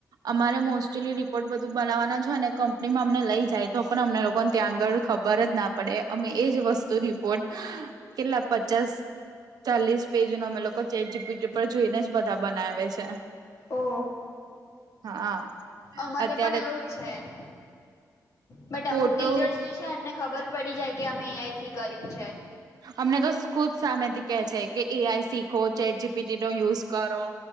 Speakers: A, on the right; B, on the left.
A: અમારે મોસ્ટલી રિપોર્ટ બધું બનાવવાના જ હોય ને કંપનીમાં અમને લઈ જાય તો પણ અમને લોકોને ત્યાં આગળ ખબર જ ના પડે અમે એ જ વસ્તુ રિપોર્ટ કેટલા પચાસ ચાલીસ પેજ નો અમે લોકો ચેટ જી પી ટી પર જોઈને જ બધા બનાવે છે.
B: ઓ
A: હા
B: અમારે
A: અત્યારે
B: પણ એવું છે. બટ
A: ફોટો
B: અમુક ટીચર્સ જે છે એમને ખબર પડી જાય કે અમે એ આઈટી કર્યું છે.
A: અમને તો ખુબ સામેથી કે છે કે એ આઈ શીખો ચેટ જી પીટી નો યુઝ કરો